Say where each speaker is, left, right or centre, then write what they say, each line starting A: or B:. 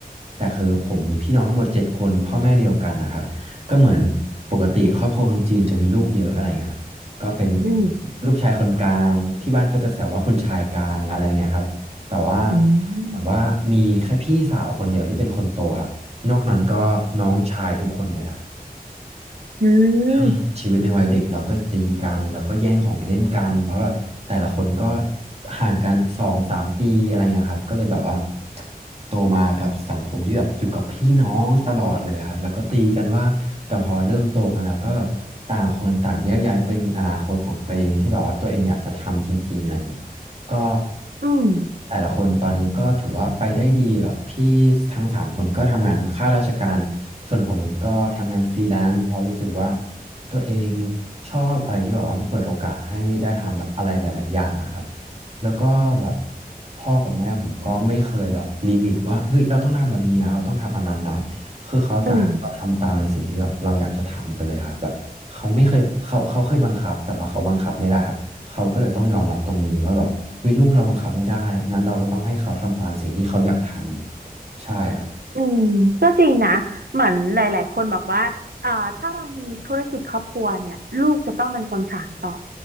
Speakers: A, on the right; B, on the right.
A: แต่คือผมมีพี่น้องทั้งหมดเจ็ดคนพ่อแม่เดียวกันนะครับก็เหมือนปกติครอบครัวคนจีนจะมีลูกเยอะอะไรเงี้ยครับก็เป็น
B: อืม
A: ลูกชายคนกลางที่บ้านก็จะแซวว่าคุณชายกลางอะไรเงี้ยครับแต่ว่า
B: อืม
A: เหมือนว่ามีแค่พี่สาวคนเดียวที่เป็นคนโตครับนอกนั้นก็น้องชายทุกคนเลยครับ
B: อืม
A: เรื่องชีวิตในวัยเด็กเราก็ตีกันแล้วก็แย่งของเล่นกันเพราะแบบแต่ละคนก็ห่างกันสองสามปีอะไรเงี้ยครับก็เลยแบบว่าโตมากับสังคมที่แบบอยู่กับพี่น้องตลอดเลยครับแล้วก็ตีกันว่าแต่พอเริ่มโตกันแล้วก็แบบต่างคนต่างแยกย้ายไปมีอนาคตของตัวเองที่แบบว่าตัวเองอยากจะทำจริงๆอะไรเงี้ยก็
B: อืม
A: แต่ละคนตอนนี้ก็ถือว่าไปได้ดีแบบพี่ทั้งสามคนก็ทำงานข้าราชการส่วนผมเองก็ทำงานฟรีแลนซ์เพอราะรู้สึกว่า ตัวเองชอบอะไรที่แบบว่ามันเปิดโอกาสให้ได้ทำแบบอะไรหลายๆอย่างอะครับแล้วก็แบบพ่อกับแม่ผมก็ไม่เคยแบบลิมิตว่าเฮ้ยเราต้องทำแบบนี้นะเราต้องทำอันนั้นนะคือเขาจะให้เราทำตามในสิ่งที่แบบเราอยากจะทำไปเลยครับแบบเขาไม่เคยเขาเขาเคยบังคับแต่ว่าเขาบังคับไม่ได้ครับเขาก็เลยต้องยอมรับตรงนี้ว่าแบบเฮ้ยลูกเราบังคับไม่ได้งั้นเราก็ต้องให้เขาทำตามสิ่งที่เขาอยากทำใช่ครับ
B: อืม อืมก็จริงนะเหมือนหลายๆคนบอกว่าเอ่อถ้าเรามีธุรกิจครอบครัวเนี่ยลูกจะต้องเป็นคนสานต่อ